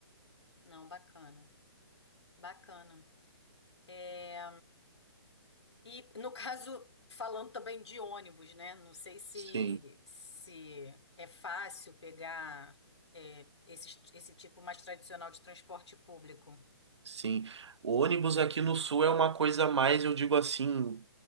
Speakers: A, on the left; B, on the right.
A: Não, bacana. Bacana. É, E no caso, falando também de ônibus, né? Não sei se,
B: Sim,
A: se é fácil pegar é, esse, esse tipo mais tradicional de transporte público.
B: sim. O ônibus aqui no Sul é uma coisa mais, eu digo assim.